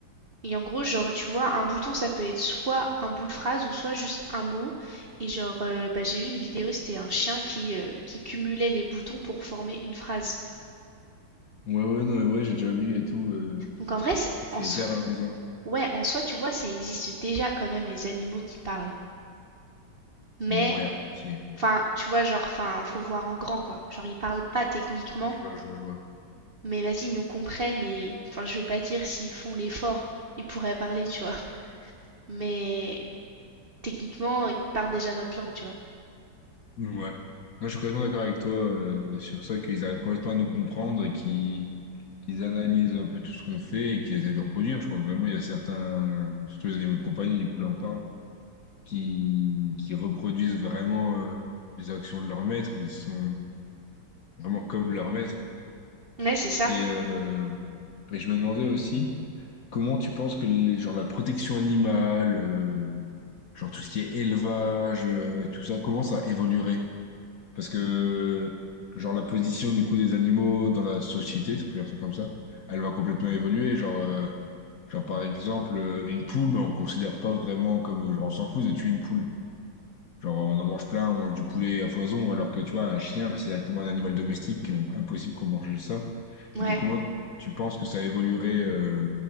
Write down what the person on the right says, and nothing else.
Et en gros, genre, tu vois, un bouton, ça peut être soit un bout de phrase ou soit juste un mot. Et genre, euh, bah, j'ai vu une vidéo, c'était un chien qui, euh, qui cumulait les boutons pour former une phrase.
Donc en vrai, c'est-
en soi,
ouais, en soi, tu vois, ça existe déjà quand même les animaux qui parlent. Mais,
enfin, tu vois, genre, enfin, faut voir en grand, quoi. Genre, ils parlent pas techniquement,
mais vas-y, ils nous comprennent et, enfin, je vais pas dire s'ils font l'effort, ils pourraient parler, tu vois. Mais techniquement, ils parlent déjà notre langue, tu vois.
Ouais, c'est ça.
Ouais,